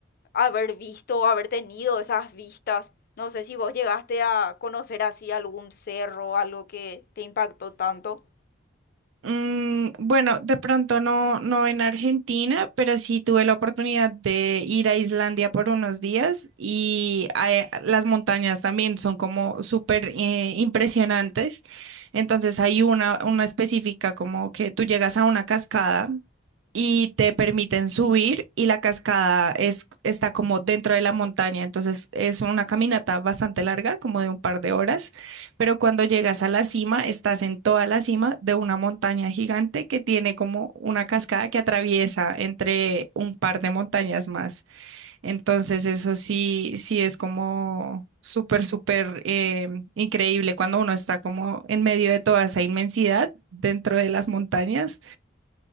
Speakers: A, on the left (about 50°); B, on the right (about 80°).
A: haber visto, haber tenido esas vistas. No sé si vos llegaste a conocer así algún cerro, algo que te impactó tanto.
B: Mm, bueno, de pronto no, no en Argentina, pero sí tuve la oportunidad de ir a Islandia por unos días y hay- las montañas también son como súper eh, impresionantes. Entonces hay una, una específica como que tú llegas a una cascada y te permiten subir y la cascada es, está como dentro de la montaña. Entonces es una caminata bastante larga, como de un par de horas pero cuando llegas a la cima, estás en toda la cima de una montaña gigante que tiene como una cascada que atraviesa entre un par de montañas más. Entonces, eso sí, sí es como súper, súper em, increíble cuando uno está como en medio de toda esa inmensidad dentro de las montañas.